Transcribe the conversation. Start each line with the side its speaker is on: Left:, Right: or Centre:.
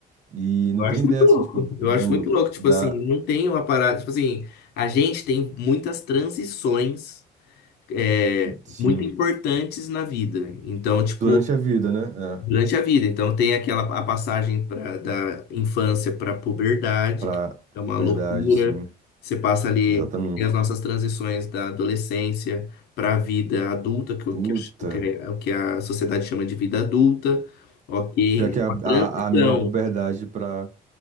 Right: e não
Left: Eu
Right: tem
Left: acho
Right: ideia
Left: muito
Right: assim,
Left: louco.
Right: tipo,
Left: Eu
Right: do
Left: acho muito louco, tipo
Right: da
Left: assim, não tem uma parada, tipo assim, a gente tem muitas transições é,
Right: sim,
Left: muito importantes na vida. Então, tipo,
Right: durante a vida, né? É,
Left: durante a vida. Então tem aquela a passagem pra, da infância para a puberdade,
Right: pra
Left: que é uma
Right: verdade,
Left: loucura.
Right: sim,
Left: Você passa ali
Right: exatamente.
Left: tem as nossas transições da adolescência para a vida adulta, que,
Right: Puta,
Left: o que, a- o que a o que a sociedade chama de vida adulta. Ok,
Right: pior que
Left: é
Right: a,
Left: uma transição.
Right: a, a minha puberdade pra